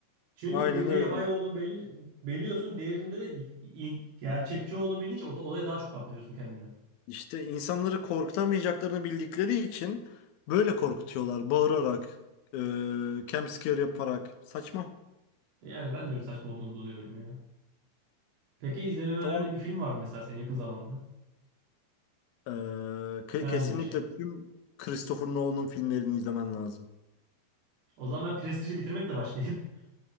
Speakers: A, on the right; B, on the left.
A: Çünkü
B: Aynen
A: birinde
B: öyle.
A: yapay olduğunu belir biliyorsun, diğerinde de i- i- gerçekçi olduğunu bilince o olaya daha çok kaptırıyorsun kendini.
B: İşte insanları korkutamayacaklarını bildikleri için böyle korkutuyorlar. Bağırarak, e, jump scare yaparak. Saçma.
A: Yani ben de öyle saçma olduğunu buluyorum ya. Peki izlememe önerdiğin
B: Tamam.
A: bir film var mı mesela senin yakın zamanda?
B: E, ke-
A: Herhangi
B: kesinlikle
A: bir şey.
B: tüm Christopher Nolan'ın filmlerini izlemen lazım.
A: O zaman ben Prestige'i bitirmekle başlayayım. <laughs>